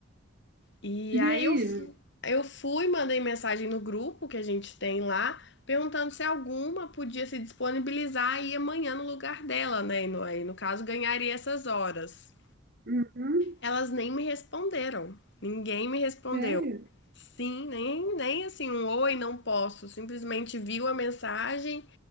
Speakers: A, on the left (about 65°); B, on the right (about 50°).
A: E
B: E
A: aí
B: aí?
A: eu, fu- eu fui, mandei mensagem no grupo que a gente tem lá, perguntando se alguma podia se disponibilizar e ir amanhã no lugar dela, né? E no, aí, no caso, ganharia essas horas.
B: Uhum.
A: Elas nem me responderam. Ninguém me respondeu.
B: Sério?
A: Sim, nem, nem assim um oi, não posso. Simplesmente viu a mensagem